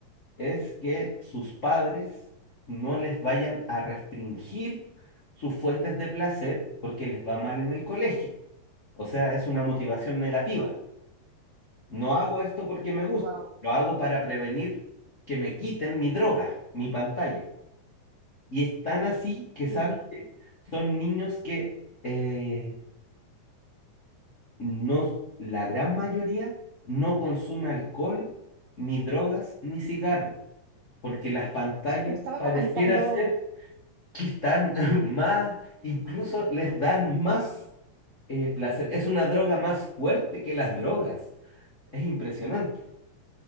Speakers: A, on the left; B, on the right.
A: es que sus padres no les vayan a restringir sus fuentes de placer porque les va mal en el colegio. O sea, es una motivación negativa. No hago esto porque me gusta,
B: Wow.
A: lo hago para prevenir que me quiten mi droga, mi pantalla. Y es tan así que,
B: Sí,
A: ¿sabes qué? Son niños que eh, no, la gran mayoría no consume alcohol, ni drogas, ni cigarro, porque las pantallas
B: Eso me lo estaba
A: pareciera
B: comentando,
A: ser que están <laughs> más, incluso les dan más eh, placer. Es una droga más fuerte que las drogas. Es impresionante.